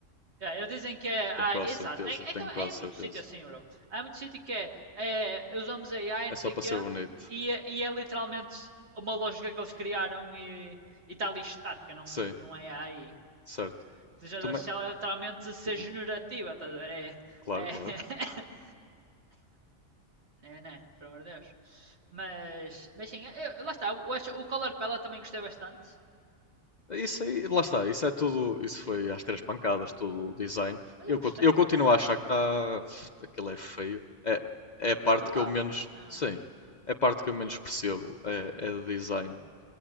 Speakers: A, on the right (about 60°); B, on the left (about 45°).
A: É, eles dizem que é,
B: Tenho
A: ah,
B: quase
A: exato,
B: certeza,
A: é, é,
B: tenho
A: que é
B: quase
A: muito
B: certeza.
A: sítio assim, bro. Há muito sítio que é, é, usamos AI,
B: É
A: não
B: só
A: sei
B: para
A: o quê,
B: ser bonito.
A: e, é- e é literalmente uma lógica que eles criaram e está ali estática, não,
B: Sim,
A: não é AI.
B: certo.
A: Inteligência
B: Também.
A: artificial é literalmente ser
B: Uhum,
A: generativa, estás a ver? É,
B: Claro,
A: é,
B: claro.
A: <laughs> É, né? Pelo amor de Deus. Mas, mas sim, eu- lá está. O, o Color Pella também gostei bastante.
B: Isso aí, lá está, isso é tudo, isso foi às três pancadas, tudo o design.
A: Mas
B: Eu,
A: eu gostei.
B: conti- eu continuo a achar que está, aquilo é feio. É, é a parte
A: A tua?
B: que eu menos,
A: Não.
B: sim, é a parte que eu menos percebo, é, é de design.
A: Hum,